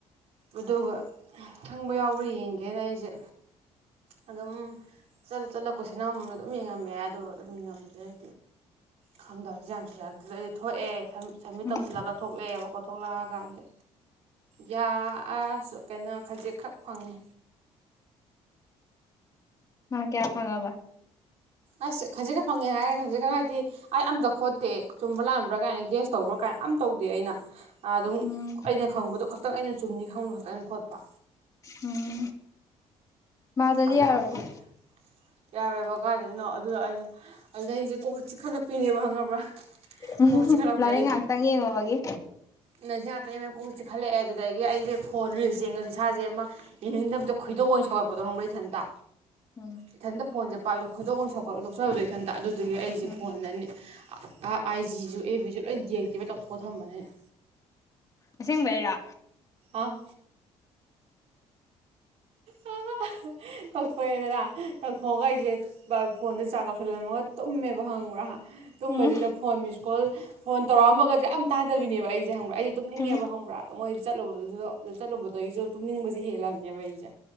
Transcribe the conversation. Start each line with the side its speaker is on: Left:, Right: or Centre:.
Right: ꯑꯗꯨꯒ ꯈꯪꯕ ꯌꯥꯎꯕ꯭ꯔꯥ ꯌꯦꯡꯒꯦꯅ ꯑꯩꯁꯦ ꯑꯗꯨꯝ ꯆꯠꯂ ꯆꯠꯂ ꯀꯣꯏꯁꯟ ꯑꯃꯃꯝ ꯑꯗꯨꯝ ꯌꯦꯡꯉꯝꯃꯦ ꯑꯗꯨꯒ ꯑꯗꯨꯝ ꯌꯦꯡꯉꯝꯕꯗꯩ ꯈꯪꯗꯕꯁꯦ ꯌꯥꯝꯁꯤꯜꯂꯛꯇ꯭ꯔꯩ ꯊꯣꯛꯑꯦ ꯁꯝꯃꯤ ꯁꯝꯃꯤꯠ
Left: ꯎꯝ
Right: ꯇꯧꯁꯤꯜꯂꯒ ꯊꯣꯛꯂꯛꯑꯦꯕꯀꯣ ꯊꯣꯛꯂꯛꯑꯀꯥꯟꯗ ꯌꯥ ꯑꯥꯁ ꯀꯩꯅꯣ ꯈꯖꯤꯛꯈꯛ ꯐꯪꯉꯦ
Left: ꯃꯥꯛ ꯀꯌꯥ ꯐꯪꯉꯕ
Right: ꯑꯁ ꯈꯖꯤꯛ ꯈꯛ ꯐꯪꯉꯦ ꯍꯥꯏꯔꯒ ꯈꯖꯤꯛ ꯈꯛ ꯍꯥꯏꯗꯤ ꯑꯩ ꯑꯝꯇ ꯈꯣꯠꯇꯦ ꯆꯨꯝꯕ꯭ꯔꯥ ꯂꯥꯟꯕ꯭ꯔꯥ ꯀꯥꯏꯅ ꯒꯦꯁ ꯇꯧꯕ꯭ꯔꯥ ꯀꯥꯏꯅ ꯑꯝ ꯇꯧꯗꯦ ꯑꯩꯅ ꯑꯗꯨꯝ
Left: ꯎꯝ
Right: ꯑꯩꯅ ꯈꯪꯕꯗꯣ ꯈꯛꯇꯪ ꯑꯩꯅ ꯆꯨꯝꯅꯤ ꯈꯪꯕꯗꯣ ꯈꯇꯪꯅꯦ ꯈꯣꯠꯄ
Left: ꯎꯝ ꯃꯥꯗꯗꯤ
Right: ꯑꯗꯨꯈꯛ
Left: ꯌꯥꯔꯣꯏꯗ
Right: ꯈꯣꯠꯄ ꯌꯥꯔꯣꯏꯕ ꯀꯥꯏꯗꯩꯅꯣ ꯑꯗꯨ ꯑꯩꯅ ꯑꯗꯨꯗꯩ ꯑꯩꯁꯦ ꯀꯣꯛ ꯆꯤꯛꯈꯠꯂꯛꯄꯤꯅꯦꯕ ꯈꯪꯉꯕ꯭ꯔꯥ
Left: ꯎꯝ
Right: ꯀꯣꯛꯁꯦ
Left: ꯍꯨꯝ ꯍꯨꯝ
Right: ꯆꯤꯛꯈꯠꯂꯛꯄꯗ
Left: ꯂꯥꯏꯔꯤꯛ ꯉꯥꯛꯇꯪ ꯌꯦꯡꯉꯨꯕꯒꯤ
Right: ꯅꯩꯁꯦ ꯉꯥꯇꯪ ꯌꯦꯡ <unintelligible> ꯀꯣꯛꯁꯦ ꯆꯤꯈꯛꯠꯂꯛꯑꯦ ꯑꯗꯨꯗꯒꯤ ꯑꯩꯁꯦ ꯐꯣꯟ ꯔꯤꯜꯁ ꯌꯦꯡꯉꯗꯤ ꯏꯁꯥꯁꯦ ꯑꯃ ꯌꯦꯡꯅꯤꯡꯗꯕꯗꯣ ꯈꯣꯏꯗꯧ ꯑꯣꯏꯅ ꯁꯧꯒꯠ ꯕꯣꯗꯧꯔꯝꯕ꯭ꯔꯣ ꯏꯊꯟꯇ
Left: ꯎꯝ
Right: ꯏꯊꯟꯇ ꯐꯣꯟꯁꯦ ꯄꯥꯏꯕꯗ ꯈꯣꯏꯗꯧ ꯑꯣꯏ ꯁꯥꯎꯒꯠꯂ ꯇꯣꯛꯆꯕꯗꯣ ꯏꯊꯟꯇ ꯑꯗꯨꯗꯨꯒꯤ ꯑꯩꯁꯦ
Left: ꯎꯝ
Right: ꯐꯣꯟꯗꯅꯤ ꯑ ꯑꯥꯏ ꯖꯤꯁꯨ ꯑꯦ ꯕꯤꯁꯨ ꯂꯣꯏ ꯗꯤꯑꯦꯛꯇꯤꯕꯧꯠ ꯇꯧꯊꯣꯛꯑ ꯊꯝꯕꯅꯦ ꯑꯩꯅ
Left: ꯑꯁꯦꯡꯕꯩꯔꯣ
Right: ꯑꯥ ꯑꯥ ꯑꯍ ꯇꯧꯊꯣꯛꯑꯦꯗꯅ ꯇꯧꯊꯣꯛꯑꯒ ꯑꯩꯖꯦ ꯕ ꯐꯣꯟꯖꯧ ꯆꯥꯔ꯭ꯁ ꯇꯧꯁꯜꯂꯝꯃꯒ ꯇꯨꯝꯃꯦꯕ ꯈꯪꯕ꯭ꯔꯥꯍ ꯇꯨꯝꯕꯁꯤꯗ
Left: ꯎꯝ
Right: ꯐꯣꯟ ꯃꯤꯁ ꯀꯣꯜ ꯐꯣꯟ ꯇꯧꯔꯛꯑꯝꯕꯒꯁꯦ ꯑꯝ ꯇꯥꯗꯕꯤꯅꯦꯕ ꯑꯩꯁꯦ ꯈꯪꯕ꯭ꯔꯥ ꯑꯩꯁꯦ ꯇꯨꯝꯅꯤꯡꯉꯦꯕ
Left: ꯎꯝ
Right: ꯈꯪꯕ꯭ꯔꯥ ꯃꯣꯏ ꯆꯠꯂꯨꯕꯗꯨꯗꯣ ꯆꯠꯂꯨꯕꯗꯒꯤꯁꯨ ꯇꯨꯝꯅꯤꯡꯕꯁꯦ ꯍꯦꯜꯂꯕꯅꯦꯕ ꯑꯩꯁꯦ ꯁꯦ